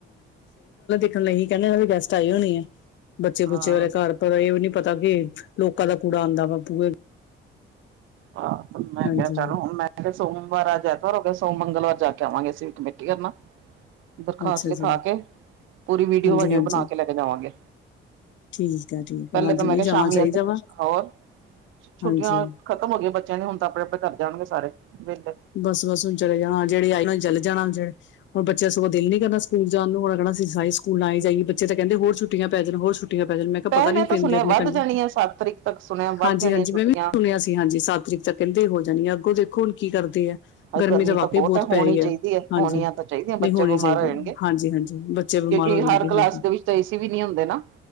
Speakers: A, on the left (about 70°); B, on the right (about 80°).
A: ਇਹੀ ਕਹਿੰਦੇ ਹ ਵੀ ਗੈਸਟ ਆਏ ਹੋਨੇ ਹੈ ਬੱਚੇ ਬੁੱਚੇ
B: ਹਾਂ
A: ਵਾਲੇ ਘਰ ਪਤਾ ਨਹੀਂ ਲੋਕਾਂ ਦਾ ਕੂੜਾ ਆਉਂਦਾ ਵਾ ਬੂਹੇ
B: ਆਹ ਤੇ ਮੈਂ
A: ਹਾਂਜੀ
B: ਕਿਹਾ ਚਲੋ ਮੈਂ ਤੇ ਸੋਮਵਾਰ ਅੱਜ ਐਤਵਰ ਹੋ ਗਿਆ ਮੰਗਲਵਾਰ ਜਾ ਕੇ ਆਵਾਂਗੇ ਅਸੀਂ ਵੀ ਕਮੇਟੀ ਕਰਨਾ। ਦਰਖਾਸਤ
A: ਅੱਛਾ
B: ਲਿਖਾ
A: ਜੀ
B: ਕੇ ਪੂਰੀ ਵੀਡੀਓ
A: ਹਾਂਜੀ
B: ਵਾਡੀਓ
A: ਹਾਂਜੀ
B: ਬਣਾ ਕੇ ਲੈ ਕੇ ਜਾਵਾਂਗੇ।
A: ਠੀਕ ਹੈ-ਠੀਕ
B: ਪਹਿਲੇ
A: ਹੈ। ਹਾਂਜੀ,
B: ਤਾਂ ਮੈਂ
A: ਨਹੀਂ
B: ਕਿਹਾ
A: ਜਾਣਾ
B: ਸ਼ਾਮੀ
A: ਚਾਹੀਦਾ
B: ਇਥੇ
A: ਵਾ
B: ਹੋਰ ਛੁੱਟੀਆਂ
A: ਹਾਂਜੀ
B: ਖਤਮ ਹੋ ਗਈਆ ਬੱਚਿਆਂ ਦੀ ਹੁਣ ਤਾ ਆਪਣੇ ਆਪਣੇ ਘਰ ਜਾਣਗੇ ਸਾਰੇ। ਵਿਹਲੇ
A: ਬਸ ਬਸ ਹੁਣ ਚਲੇ ਜਾਣਾ ਜਿਹੜੇ ਆਏ ਹੋਣ ਓਹਨਾ ਚਲੇ ਜਾਣਾ ਜੇ ਹੁਣ। ਜੱਸੂ ਦਾ ਦਿਲ ਨੀ ਕਰਦਾ ਸਕੂਲ ਜਾਣ ਨੂੰ ਓਨੇ ਕਹਿਣਾ ਸੀ ਹਾਏ ਸਕੂਲ ਨਾ ਈ ਜਾਈਏ ਬੱਚੇ ਤਾ ਕਹਿੰਦੇ ਹੋਰ ਛੁੱਟੀਆਂ ਪੈ ਜਾਣ ਹੋਰ ਛੁੱਟੀਆਂ। ਪੈ ਜਾਣ ਮੈਂ ਕਿਹਾ
B: ਪਹਿਲੇ
A: ਪਤਾ ਨੀ
B: ਤਾਂ
A: ਪੈਂਦੀਆਂ
B: ਸੁਣਿਆ
A: ਕ
B: ਵੱਧ
A: ਨੀ ਪੈਂਦੀਆਂ
B: ਜਾਣੀ ਹੈ ਸੱਤ ਤਰੀਕ ਤੱਕ ਸੁਣਿਆ ਵੱਧ
A: ਹਾਂਜੀ
B: ਜਾਣੀਆਂ
A: ਹਾਂਜੀ
B: ਛੁੱਟੀਆਂ
A: ਮੈਂ ਵੀ ਸੁਣਿਆ ਸੀ ਹਾਂਜੀ ਸੱਤ ਤਾਂ ਕਹਿੰਦੇ ਹੋ ਜਾਣੀ ਆ ਅੱਗੋ ਦੇਖੋ ਹੁਣ ਕੀ ਕਰਦੇ ਆ।
B: ਹਾਏ
A: ਗਰਮੀ ਤਾ ਵਾਕਈ
B: ਤਾਂ
A: ਬਹੁਤ
B: ਹੋਣੀ
A: ਪੈ ਰਹੀ
B: ਚਾਹੀਦੀ
A: ਹੈ ਹਾਂਜੀ
B: ਹੋਣੀਆਂ ਤਾਂ ਚਾਹੀਦੀਆਂ
A: ਨਹੀ
B: ਬੱਚੇ
A: ਹੋਣੀ
B: ਬਿਮਾਰ
A: ਚਾਹੀਦੀ
B: ਹੋ
A: ਏ
B: ਜਾਣਗੇ
A: ਹਾਂਜੀ ਹਾਂਜੀ ਬੱਚੇ ਬਿਮਾਰ
B: ਕਿਉਂਕਿ
A: ਹੋ
B: ਹਰ
A: ਜਾਣਗੇ
B: ਕਲਾਸ
A: ਹਾਂਜੀ
B: ਦੇ ਵਿੱਚ ਤਾ ਏਸੀ ਵੀ ਨੀ ਹੁੰਦੇ ਨਾ।